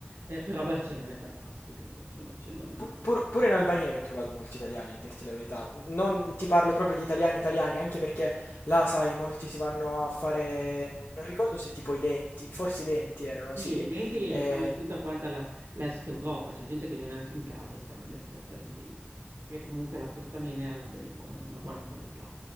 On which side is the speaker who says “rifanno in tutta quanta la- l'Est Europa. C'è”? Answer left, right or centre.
Right